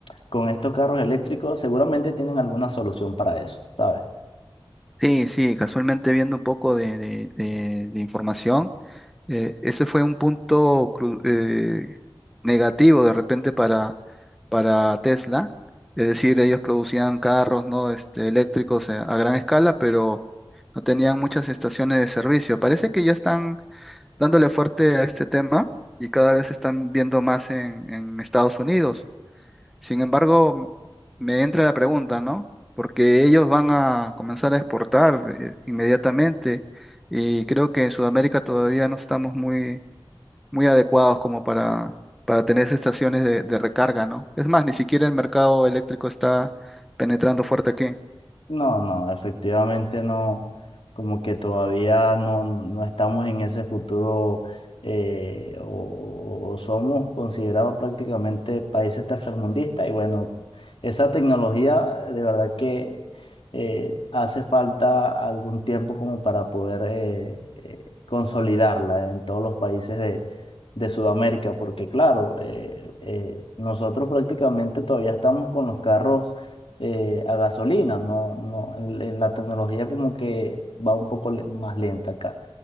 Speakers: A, on the left; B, in the centre.
A: con estos carros eléctricos, seguramente tienen alguna solución para eso, ¿sabes?
B: Sí, sí, casualmente viendo un poco de de- de- de información. Eh, ese fue un punto cru- eh, negativo de repente para, para Tesla. Es decir, ellos producían carros, ¿no? Este, eléctricos eh, a gran escala, pero no tenían muchas estaciones de servicio. Parece que ya están dándole fuerte a este tema y cada vez se están viendo más en, en Estados Unidos. Sin embargo, m- me entra la pregunta, ¿no? Porque ellos van a comenzar a exportar eh, inmediatamente y creo que en Sudamérica todavía no estamos muy muy adecuados como para, para tener esas estaciones de, de recarga, ¿no? Es más, ni siquiera el mercado eléctrico está penetrando fuerte aquí.
A: No, no, efectivamente no, como que todavía no, no estamos en ese futuro eh, o, o somos considerados prácticamente países tercermundistas y bueno, esa tecnología de verdad que eh, hace falta algún tiempo como para poder eh, eh, consolidarla en todos los países de, de Sudamérica, porque claro, eh, eh, nosotros prácticamente todavía estamos con los carros eh, a gasolina, no, no, en, en la tecnología como que va un poco le- más lenta acá.